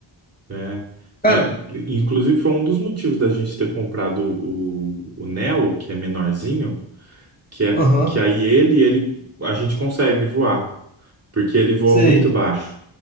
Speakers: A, on the right (about 30°); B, on the left (about 20°).
A: é.
B: Cara,
A: É, inclusive foi um dos motivos da gente ter comprado o, o Neo, que é menorzinho, que é
B: aham,
A: que aí ele ele a gente consegue voar, porque ele voa
B: sei,
A: muito baixo.